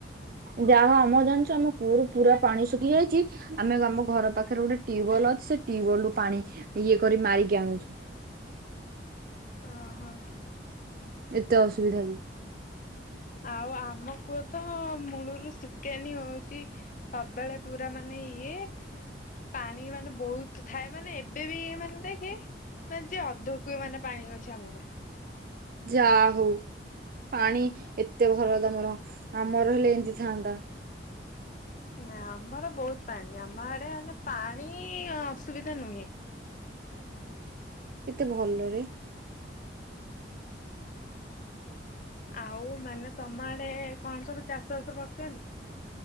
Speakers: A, on the right (about 50°); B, on the left (about 45°).
A: ଯାହା ଆମ ଜାଣିଛୁ ଆମ କୂଅ ର ପୁରା ପାଣି ଶୁଖି ଯାଇଛି। ଆମେ ଆମ ଘର ପାଖରେ ଗୋଟେ ଟ୍ୟୁବୱେଲ ଅଛି ସେ ଟ୍ୟୁବଲ ରୁ ପାଣି ଇଏ କରି ମାରିକି ଆଣୁଛୁ।
B: ଓହୋ।
A: ଏତେ ଅସୁବିଧା ଯେ
B: ଆଉ ଆମ କୁଅ ତ ମୂଳରୁ ଶୁଖନି ହଉଛି। ସବୁବେଳେ ପୁରା ମାନେ ଇଏ। ପାଣି ମାନେ ବହୁତ ଥାଏ ମାନେ ଏବେ ବି ମାନେ ଦେଖେ। ମାନେ ଯ ଅଧ କୁଏ ମାନେ ପାଣି ଅଛି ଆମର।
A: ଯା ହଉ ପାଣି ଏତେ ଭଲ ତମର ଆମର ହେଲେ ଏମିତି ଥାନ୍ତା।
B: ନା ଆମର ବହୁତ ପାଣି ଆମ ଆଡେ ମାନେ ପାଣି ଅସୁବିଧା ନୁହେଁ।
A: କେତେ ଭଲରେ
B: ଆଉ ମାନେ ତମ ଆଡେ କଣ ସବୁ ଚାଷ ବାସ କରୁଛନ୍ତି?